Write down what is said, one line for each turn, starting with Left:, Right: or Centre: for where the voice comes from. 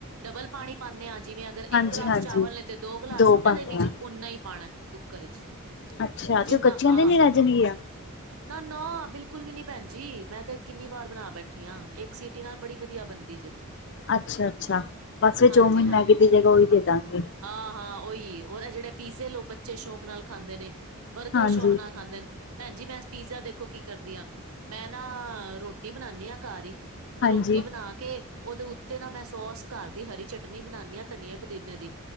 Right: ਡਬਲ ਪਾਣੀ ਪਾਉਦੇ ਹਾਂ ਅਗਰ, ਇੱਕ
Left: ਹਾਂਜੀ,
Right: ਗਲਾਸ
Left: ਹਾਂਜੀ।
Right: ਚਾਵਲ ਨੇ ਤੇ ਦੋ ਗਲਾਸ,
Left: ਪਾਉਂਦੇ
Right: ਇਹਦੇ ਵਿੱਚ
Left: ਆ
Right: ਉਨਾ ਹੀ। ਪਾਉਣਾ ਕੁੱਕਰ ਵਿੱਚ
Left: ਅੱਛਾ, ਤੇ
Right: ਜਿੰਨਾ
Left: ਕੱਚਿਆਂ
Right: ਹਾਂ
Left: ਦੇ ਨੀ ਰਜਣ ਆ।
Right: ਨਾ ਨਾ, ਬਿਲਕੁਲ ਵੀ ਨੀ, ਭੈਣ ਜੀ, ਮੈਂ ਤੇ ਕਿੰਨੀ ਵਾਰ ਬਣਾ ਬੈਠੀ ਹਾਂ, ਇੱਕ ਸਿਟੀ ਨਾਲ ਬੜੀ ਵਧੀਆ ਬਣਦੀ ਸੀ। ਜੇ
Left: ਅੱਛਾ ਅੱਛਾ ਬਸ ਫਿਰ
Right: ਹਾਂਜੀ
Left: ਜੋਮਿਨ
Right: ਹਾਂ
Left: ਮੈਗੀ ਦੀ ਜਗ੍ਹਾ ਉਹੀ ਦੇ ਦਾਂਗੇ
Right: ਹਾਂ ਹਾਂ, ਉਹੀ ਉਹਦਾ ਜਿਹੜੇ, ਪੀਜ਼ੇ ਲੋਕ, ਬੱਚੇ ਸ਼ੌਕ ਨਾਲ ਖਾਂਦੇ ਨੇ, ਬਰਗਰ,
Left: ਹਾਂਜੀ।
Right: ਸ਼ੌਕ ਨਾਲ ਖਾਂਦੇ ਨੇ, ਭੈਣ ਜਜੀ, ਮੈਂ ਪੀਜ਼ਾ ਦੇਖੋ ਕੀ ਕਰਦੀ ਆ। ਮੈਂ ਨਾ ਰੋਟੀ ਬਣਾਉਂਦੀ ਹਾਂ ਘਰ ਹੀ। ਤੇ,
Left: ਹਾਂਜੀ,
Right: ਰੋਟੀ ਬਣਾ ਕੇ, ਉਹਦੇ ਉੱਤੇ ਨਾ, ਮੈਂ ਸੋਸ ਘਰ ਦੀ ਹਰੀ ਚਟਨੀ ਬਣਾਉਦੀ ਹਾਂ, ਧਨੀਆ ਪੁਦੀਨੇ ਦੀ।